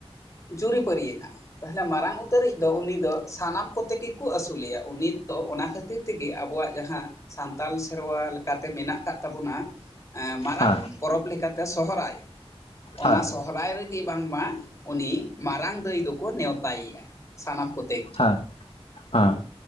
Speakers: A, on the left; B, on the left.
A: ᱡᱩᱨᱤ ᱯᱟᱹᱨᱤ ᱭᱮᱱᱟ ᱛᱟᱦᱚᱞᱮ ᱢᱟᱨᱟᱝ ᱩᱛᱟᱹᱨᱤᱡ ᱫᱚ ᱩᱱᱤ ᱫᱚ ᱥᱟᱱᱟᱢ ᱠᱚᱛᱮ ᱜᱮ ᱠᱚ ᱟᱹᱥᱩᱞᱮᱭᱟ ᱩᱱᱤ ᱫᱚ ᱚᱱᱟ ᱠᱷᱟᱹᱛᱤᱨ ᱛᱮᱜᱮ ᱟᱵᱚᱣᱟᱜ ᱡᱟᱸᱦᱟ ᱥᱟᱱᱛᱟᱞ ᱥᱮᱨᱣᱟ ᱞᱮᱠᱟᱛᱮ ᱢᱮᱱᱟᱜ ᱠᱟᱫ ᱛᱟᱵᱚᱱᱟ ᱮ ᱢᱟᱨᱟᱝ
B: ᱦᱮᱸ
A: ᱯᱚᱨᱚᱵᱽ ᱞᱮᱠᱟᱛᱮ ᱥᱚᱦᱨᱟᱭ ᱚᱱᱟ
B: ᱦᱮᱸ ᱦᱮᱸ
A: ᱥᱚᱦᱨᱟᱭ ᱨᱮ ᱜᱮ ᱵᱟᱝᱢᱟ ᱩᱱᱤ ᱢᱟᱨᱟᱝ ᱫᱟᱹᱭ ᱫᱚᱠᱚ ᱱᱮᱣᱛᱟᱭᱮᱭᱟ ᱥᱟᱱᱟᱢ ᱠᱚ
B: ᱦᱟᱸ ᱦᱟᱸ